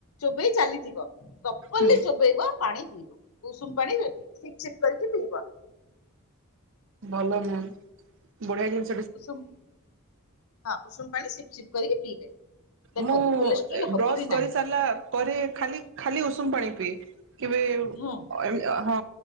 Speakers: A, on the left; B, on the right.
A: ଚୋବେଇ ଚାଲିଥିବ ପ୍ରପରଲି
B: ହୁଁ
A: ଚୋବେଇବ ପାଣି ପିଇବ। ଉଷୁମ ପାଣି ଚିପ୍ ଚିପ୍ କରିକି ପିଇବ।
B: ଭଲ ମ୍ୟାମ ବଢିଆ ଜିନିଷ୍
A: ଉଷୁମ ହଁ ଉଷୁମ ପାଣି ସିପ୍ ଚିପ୍ କରିକି ପିଇବେ। ଦେଖନ୍ତୁ
B: ମୁଁ
A: କୋଲେଷ୍ଟ୍ରୋଲ
B: ଏ
A: ହବ
B: ବ୍ରସ
A: ହିଁ ନାହିଁ
B: କରିସାରିଲା ପରେ ଖାଲି ଖାଲି ଉଷୁମ ପାଣି ପିଏ। କେବେ
A: ହୁଁ
B: ଏମ୍ ଅ ହଁ।